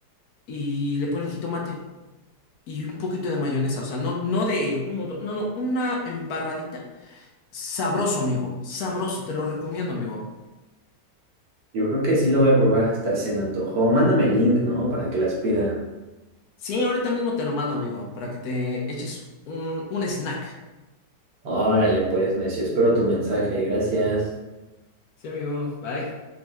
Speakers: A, on the left; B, on the right.
A: y le ponen jitomate y un poquito de mayonesa, o sea, no, no de un montón, no, no, una embarradita Sabroso, amigo. Sabroso, te lo recomiendo, amigo.
B: Yo creo que sí lo voy a probar, hasta se me antojó. Mándame el link, ¿no? Para que las pida.
A: Sí, ahorita mismo te lo mando, amigo, para que te eches un, un snack.
B: Órale, pues, necio, espero tu mensaje. Gracias.
A: Sí, amigo, bye.